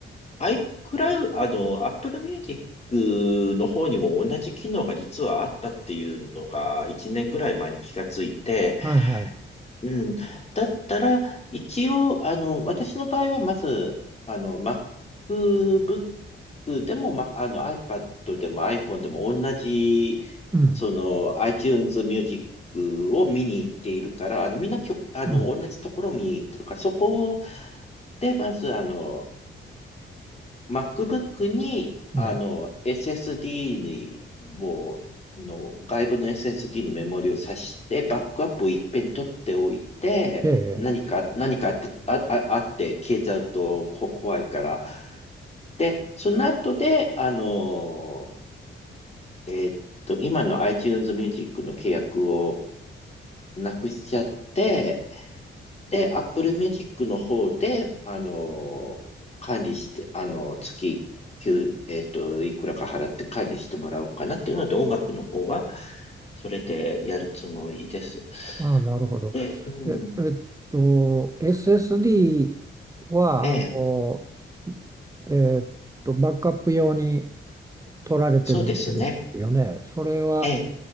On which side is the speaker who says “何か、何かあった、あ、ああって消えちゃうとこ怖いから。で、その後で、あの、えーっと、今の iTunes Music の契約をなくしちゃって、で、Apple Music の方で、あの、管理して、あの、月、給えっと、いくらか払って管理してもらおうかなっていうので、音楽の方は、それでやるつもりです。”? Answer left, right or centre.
Left